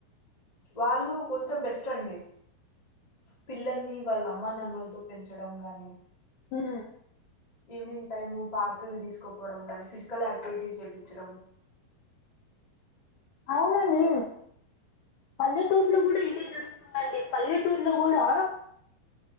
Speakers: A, on the left (about 60°); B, on the left (about 85°).
A: వాళ్ళు కొంచెం బెస్ట్ అండి పిల్లల్ని వాళ్ళ అమ్మనాన్నలతో పెంచడం గాని
B: ఆ
A: ఈవినింగ్ టైమ్ పార్క్ తీసుకోపోవడం కనీ ఫిజికల్ యాక్టివిటీస్ చేయించడం
B: అవునండి పల్లెటూర్ లో కూడా ఇదే జరుగుతుందండి పల్లెటూర్ లో కూడా